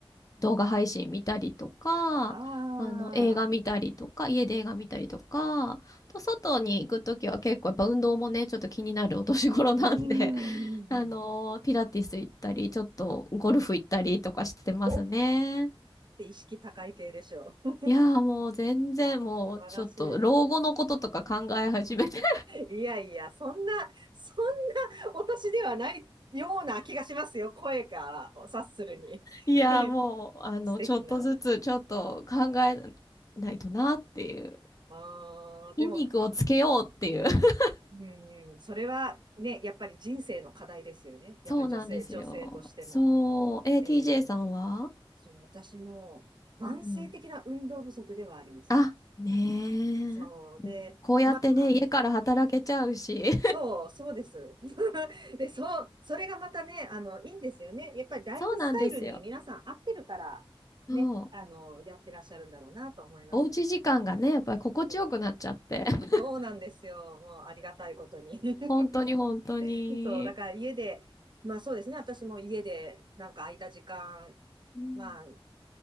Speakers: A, on the left; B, on the right.
A: 動画配信見たりとか、
B: ああ
A: あの、映画見たりとか、家で映画見たりとか、あと外に行く時は結構やっぱ運動もね、ちょっと気になるお年頃なんで、
B: ー、うーん。
A: <laughs> あのーピラティス行ったり、ちょっとゴルフ行ったりとかしてますね。
B: おーって意識高い系でしょう。<laughs>
A: いやーもう全然もうちょっと老後のこととか考え始めて
B: 素晴らしい。いやいや、そんな、そんなお年ではないような気がしますよ。声から察するに。
A: いや、
B: <laughs>
A: もう、あの、
B: 素敵な。
A: ちょっとずつ、ちょっと考えないとなっていう。
B: ああ、でも、
A: 筋肉をつけようっていう。<laughs>
B: うん、それはね、やっぱり人生の課題ですよね。やっぱ女性、
A: そうなんですよ。
B: 女性としても。
A: そう。え、
B: え
A: TJ さんは
B: そう、私も慢性的な運動不足ではありますね。
A: うん。あ、ねえ。
B: そうで、
A: こうやってね、
B: まあ、
A: 家から働けちゃうし。
B: そう、そうです。<laughs> で、そう、それがまたね、あの、いいんですよね。やっぱりライフスタイルに皆さん合ってるから、
A: <laughs> そうなんですよ。そう。
B: ね、あの、やってらっしゃるんだろうなと思いますけどね。
A: おうち時間がね、やっぱり心地よくなっちゃって。
B: そう
A: <laughs>
B: そうなんですよ。もうありがたいことに。<laughs>
A: 本当に本当に。
B: そう、だから家で、まあそうですね。私も家でなんか空いた時間
A: うん。
B: まあ、